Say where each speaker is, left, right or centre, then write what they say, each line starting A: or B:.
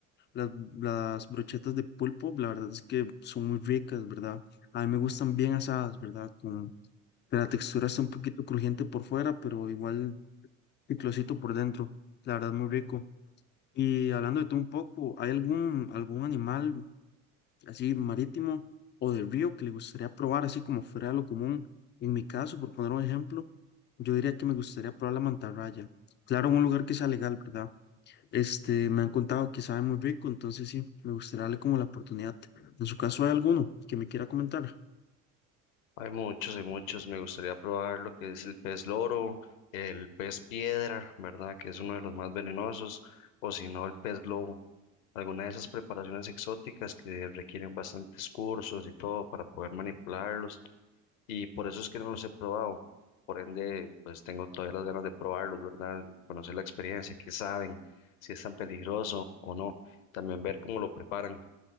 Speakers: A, on the left; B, on the left.
A: Las, las brochetas de pulpo, la verdad es que son muy ricas, ¿verdad? A mí me gustan bien asadas, ¿verdad? Con que la textura está un poquito crujiente por fuera, pero igual picosito por dentro. La verdad, muy rico. Y hablando de todo un poco, ¿hay algún, algún animal así marítimo o de río que le gustaría probar, así como fuera de lo común? En mi caso, por poner un ejemplo, yo diría que me gustaría probar la mantarraya. Claro, en un lugar que sea legal, ¿verdad? Este, me han contado que sabe muy rico, entonces sí, me gustaría darle como la oportunidad. En su caso, ¿hay alguno que me quiera comentar?
B: Hay muchos, hay muchos. Me gustaría probar lo que es el pez loro, el pez piedra, ¿verdad? Que es uno de los más venenosos, o si no, el pez globo. Alguna de esas preparaciones exóticas que requieren bastantes cursos y todo para poder manipularlos y por eso es que no los he probado. Por ende, pues tengo todavía las ganas de probarlos, ¿verdad? Conocer la experiencia, qué saben, si es tan peligroso o no. También ver cómo lo preparan,